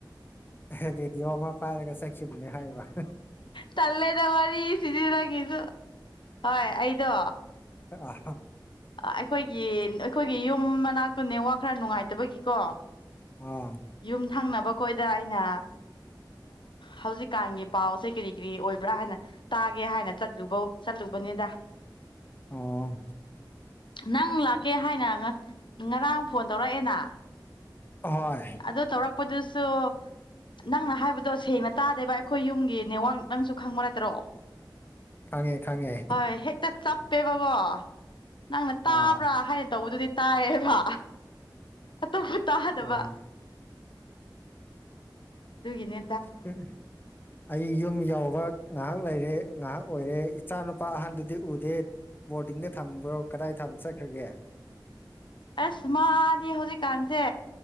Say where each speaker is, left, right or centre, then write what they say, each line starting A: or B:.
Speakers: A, on the left; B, on the left.
A: ꯍꯦ ꯔꯦꯗꯤꯑꯣ ꯑꯃ ꯄꯥꯏꯔꯒ ꯆꯠꯈꯤꯕꯅꯦ ꯍꯥꯏꯕ
B: ꯇꯜꯂꯦꯗ ꯋꯥꯔꯤꯁꯤꯗꯤ ꯅꯪꯒꯤꯁꯨ ꯍꯣꯏ ꯑꯩꯗꯣ
A: <unintelligible>
B: ꯑꯩꯈꯣꯏꯒꯤ ꯑꯩꯈꯣꯏꯒꯤ ꯌꯨꯝ ꯃꯅꯥꯛꯇꯨ ꯅꯦꯠꯋꯥꯔꯛ ꯈꯔ ꯅꯨꯡꯉꯥꯏꯇꯕꯒꯤꯀꯣ
A: ꯑꯥ
B: ꯌꯨꯝ ꯊꯪꯅꯕꯈꯣꯏꯗ ꯑꯩꯅ ꯍꯧꯖꯤꯛꯀꯥꯟꯒꯤ ꯄꯥꯎꯁꯦ ꯀꯔꯤ ꯀꯔꯤ ꯑꯣꯏꯕ꯭ꯔꯥ ꯍꯥꯏꯅ ꯇꯥꯒꯦ ꯍꯥꯏꯅ ꯆꯠꯂꯨꯕꯧ ꯆꯠꯂꯨꯕꯅꯤꯗ
A: ꯑꯣ
B: ꯅꯪ ꯂꯥꯛꯀꯦ ꯍꯥꯏꯅ ꯉꯔꯥꯡ ꯐꯣꯟ ꯇꯧꯔꯛꯑꯦꯅ
A: ꯍꯣꯏ
B: ꯑꯗꯨ ꯇꯧꯔꯛꯄꯗꯁꯨ ꯅꯪꯅ ꯍꯥꯏꯕꯗꯣ ꯁꯦꯡꯅ ꯇꯥꯗꯦꯕ ꯑꯩꯈꯣꯏ ꯌꯨꯝꯒꯤ ꯅꯦꯠꯋꯥꯛ ꯅꯪꯁꯨ ꯈꯪꯕ ꯅꯠꯇ꯭ꯔꯣ
A: ꯈꯪꯉꯦ ꯈꯪꯉꯦ
B: ꯍꯣꯏ ꯍꯦꯛꯇ ꯆꯞꯄꯦꯕꯀꯣ ꯅꯪꯅ ꯇꯥꯕ꯭ꯔꯥ
A: ꯑꯥ
B: ꯍꯥꯏꯅ ꯇꯧꯕꯗꯨꯗꯤ ꯇꯥꯏꯌꯦꯕ ꯑꯇꯣꯞꯄ ꯇꯥꯗꯕ
A: ꯑꯥ
B: ꯑꯗꯨꯒꯤꯅꯦ
A: <unintelligible> ꯑꯩ ꯌꯨꯝ ꯌꯧꯕ ꯉꯥꯏꯍꯥꯛ ꯂꯩꯔꯦ ꯉꯥꯏꯍꯥꯛ ꯑꯣꯏꯔꯦ ꯏꯆꯥ ꯅꯨꯄꯥ ꯑꯍꯟꯗꯨꯗꯤ ꯎꯗꯦ ꯕꯣꯔꯗꯤꯡꯗ ꯊꯝꯕ꯭ꯔꯣ ꯀꯗꯥꯏ ꯊꯝ ꯆꯠꯈ꯭ꯔꯒꯦ
B: ꯑꯁ ꯃꯥꯗꯤ ꯍꯧꯖꯤꯛꯀꯥꯟꯁꯦ